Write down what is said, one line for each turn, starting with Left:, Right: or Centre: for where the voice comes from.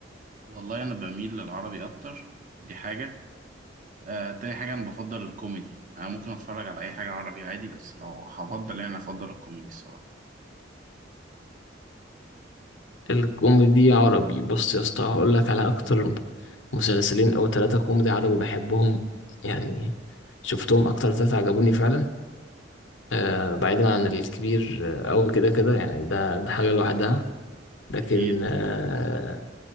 Right: والله انا بميل للعربي اكتر دي حاجة آه، تاني حاجة أنا بفضل الكوميدي أنا ممكن أتفرج على أي حاجة عربي عادي بس لو هفضل يعني أفضل الكوميدي الصراحة
Left: الكوميدي عربي بص يا اسطى هقول لك على اكتر مسلسلين او ثلاثة كوميدي عربي بحبهم يعني شفتهم اكتر ثلاثة عجبوني فعلا آه بعيدا عن الكبير آه، أوي كده كده يعني ده ده حاجة لوحدها لكن
Right: أكيد
Left: آه